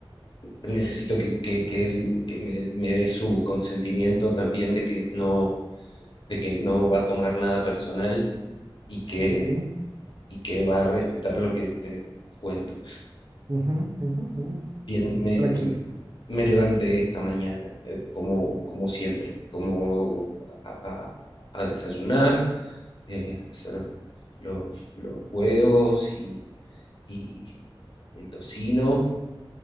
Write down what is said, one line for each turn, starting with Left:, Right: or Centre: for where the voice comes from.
Left: necesito que, que, que él que me, me dé su consentimiento también de que no, de que no va a tomar nada personal y que,
Right: Sí.
Left: y que va a respetar lo que le cuento.
Right: ujú, ujú, ujú.
Left: Bien,
Right: Eh,
Left: me,
Right: tranquilo.
Left: me levanté esta mañana, eh, como, como siempre, como a, a- a desayunar, eh, hacer los, los huevos y, y el tocino,